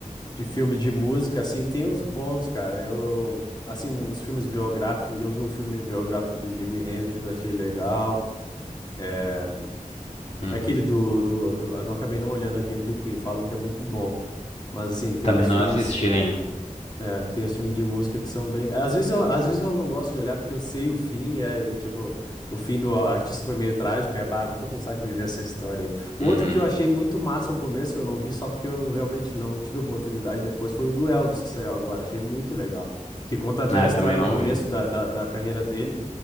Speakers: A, on the left; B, on the left.
A: de filme de música, assim, tem uns bons, cara. Eu, assim, uns filmes biográficos, um dia eu vi um filme biográfico do Jimi Hendrix, achei legal. É,
B: Uhum.
A: Aquele do, do, do. Eu não acabei não olhando aquele do Queen, falam que é muito bom. Mas assim, tem
B: Também
A: uns
B: não
A: filmes.
B: assisti ainda.
A: É, tem os filmes de música que são bem. Às vezes eu, às vezes eu não gosto de olhar porque eu sei o fim, é e, tipo. O fim do artista foi meio trágico, é, bah, não tô com saco de ver essa história aí. O
B: Uhum.
A: outro que eu achei muito massa ao começo, eu não vi só porque eu realmente não tive oportunidade depois, foi o do Elvis que saiu agora, achei muito legal. Que conta até
B: Ah,
A: a
B: eu
A: história
B: também não
A: do começo
B: vi.
A: da, da, da carreira dele